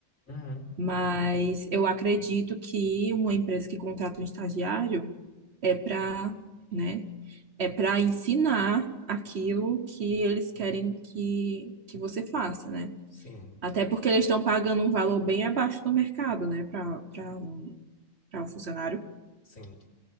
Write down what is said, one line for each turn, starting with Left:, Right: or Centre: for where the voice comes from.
Left: uhum,
Right: Mas eu acredito que uma empresa que contrata um estagiário é para, né, é para ensinar aquilo que eles querem que, que você faça, né?
Left: sim,
Right: Até porque eles estão pagando um valor bem abaixo do mercado, né, para para um, para um funcionário.
Left: sim.